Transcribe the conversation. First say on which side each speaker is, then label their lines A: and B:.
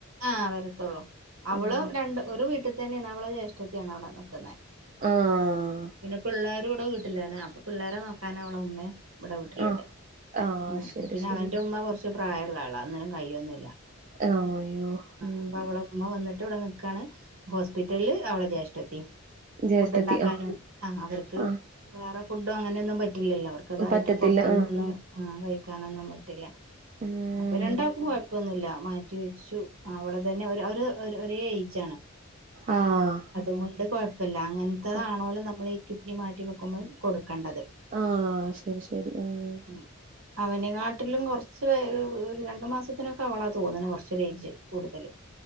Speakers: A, on the right (about 70°); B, on the right (about 35°).
A: ആഹ് വരത്തുള്ളൂ അവളും
B: ആഹ്
A: രണ്ട് ഒരു വീട്ടിൽ തന്നെയാണ് അവള ജ്യേഷ്ഠതിയാണ് അവിടെ നിൽക്കുന്നത്.
B: ആഹ്
A: പിന്നെ പിള്ളേർ ഇവിടെ വീട്ടിലാണ് അപ്പൾ പിള്ളേരെ നോക്കാന അവള ഉമ്മയും ഇവിടെ വീട്ടിലുണ്ട.
B: ആഹ് ആഹ്
A: ഉം
B: ശരി
A: പിന്നെ
B: ശരി
A: അവന്റെ ഉമ്മ കുറച് കുറച്ച് പ്രായള്ള ആള ഒന്നിനുംകഴൊന്ല്ല
B: ആഹ് അയ്യോ ഉം
A: അപ്പ അവള. ഉമ്മ വന്നിട്ട് ഇവിടെ നിക്കാണ് ഹോസ്പിറ്റലില് അവടെ ജേഷ്ടത്തി.
B: ജ്യേഷ്ഠത്തി
A: ഫുഡ് ഉണ്ടാക്കാനും
B: ആഹ്
A: ആഹ് അവർക്ക്
B: ആഹ്
A: വേറെ ഫുഡും അങ്ങനെയൊന്നും പറ്റില്ലല്ലോ അവർക്ക് അതായിട്ട്
B: പറ്റത്തില്ല
A: പുറത്ത്ന്നൊന്നും
B: ആഹ്
A: ആ കഴിക്കാനൊന്നും പറ്റില്ല.
B: ഉം
A: അപ്പൊ രണ്ടാക്കും കൊഴപ്പൊന്നുല്ല. വെച്ചു അവളതന്നെ ഒര് ഒരേ ഏയ്ജാണ്
B: ആഹ്
A: അതുകൊ കൊഴപ്പല്ല അങ്ങൻത്തതാണോലും
B: കൊ
A: നമ്മളി ഈ കിഡ്നി മാറ്റി വെക്കുമ്പോള് കൊടുക്കണ്ടത്
B: ആഹ് ശരി ശരി ആഹ്
A: ഉം അവനെ കാട്ടിലും കൊറച്ച് വെര് രണ്ടു മാസത്തിനൊക്കെ അവളാ തോന്ന്ണ് കൊറച്ചേരേജ് കൂടുതല്